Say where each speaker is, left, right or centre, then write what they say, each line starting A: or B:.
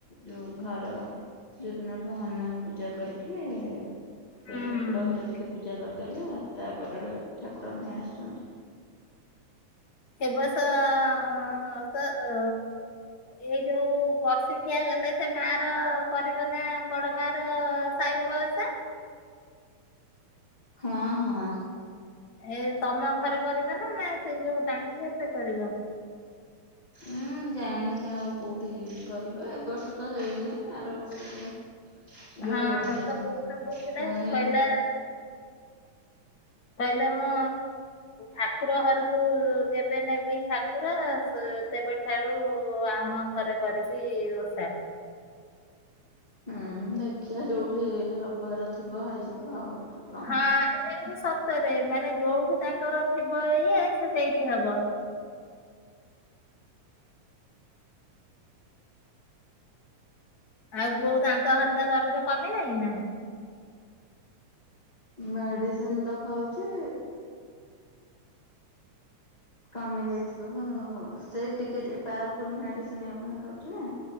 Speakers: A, on the left; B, on the left.
A: ଯୋଉ ଘର ଯୋଉ ଦିନ ଠୁ ହନୁମାନ ପୂଜା କରିକି ସେଇ
B: ଏ
A: ଠାକୁର ଘରେ ଟିକେ ପୂଜା କରିଦେଲେ ଆଉ ତାପରେ ଠାକୁର ଆସିଛନ୍ତି।
B: ସେ ବର୍ଷ ଅଁ ତ ଅଁ ଏଇ ଯୋଉ ବର୍ଷିକିଆ ଗଲେ ସେ ମାର କରିବ ନା ବଡମାର ସାଇ ବାବା ଓଷା।
A: ହଁ ହଁ।
B: ଏ ତମ ଘରେ କରିବେ ନା ନା ସେଇ ଯୋଉ ଡାଙ୍ଗି କତିରେ କରିବ?
A: ଉଁ ଜାଣିନି ଆଉ କୋଉଠି କରିବେ ଏବର୍ଷ ଷ ତ ହେଇନି ଆର ବର୍ଷକୁ ଯୋଉ
B: ହଁ ତ ବୋଉ ତ କହୁଥିଲେ
A: ପୁଣି
B: କହିଲା କହିଲା ମୋ ଠାକୁର ଘରକୁ ଯେବେ ନେବି ଠାକୁର ସ୍-ସେବେଠାରୁ ଆମ ଘରେ କରିବି ଓଷା।
A: ହୁଁ ଦେଖିଆ ଯୋଉଠି ହବାର ଥିବ ହେଇଯିବ ଆଉ ଠା
B: ହଁ ଏଇଟା କିନ୍ତୁ ସତରେ ମାନେ ଯୋଉଠି ତାଙ୍କର ଥିବ ଇଏ ସେ ସେଇଠି ହବ। ଆଉ ବୋଉ ଦାନ୍ତ ହରିକା ଦରଜ କମିଲାଣି ନା?
A: ମେଡିସିନ ତ ଖାଉଚି କମି ଯାଇଥିବ ହଁ ହୋଉ ହୋଉ ସେଇ ଟିକେ ପାୱାରଫୁଲ୍ ମେଡିସିନ ଆଉ ଫୁଣି ଖାଉଚି ନା।